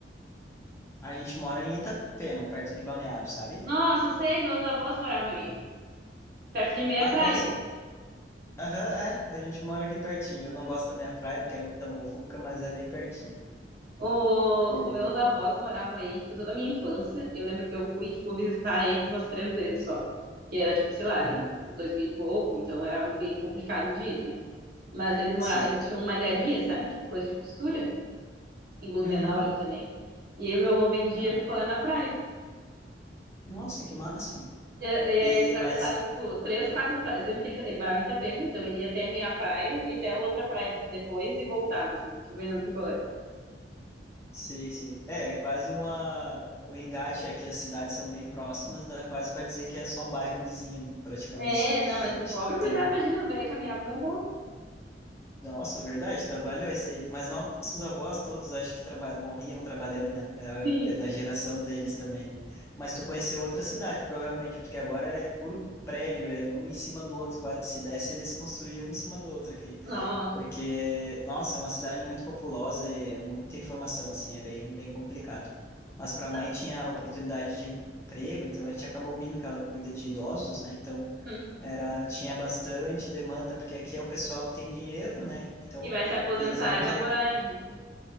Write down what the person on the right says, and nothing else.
Nossa, sei, meus avós moravam aí, perto de meia
praia.
O,
os meus avós moravam aí, tipo, toda a minha infância. Eu lembro que eu fui, tipo, visitar eles umas três vezes só. Que era, tipo, sei lá,
era dois mil e pouco, então era meio complicado de ir, né? Mas eles moravam,
eles tinham malharia, sabe? Tipo, coisa de costura, em Blumenau
ali também. E aí o meu avô vendia
picolé na praia.
E, e
aí ele atravessava,
tipo, três, quatro praias. Lembro que ele, ele morava em Itapema, então ele ia até a meia praia e até a outra praia depois e voltava, assim, tipo, vendendo picolé.
É,
não, mas o pobre, coitado,
imagina, o velho caminhava um horror.
Sim,
Nossa.
Na-
hum.
E vai se aposentar
e
vai morar aí, né?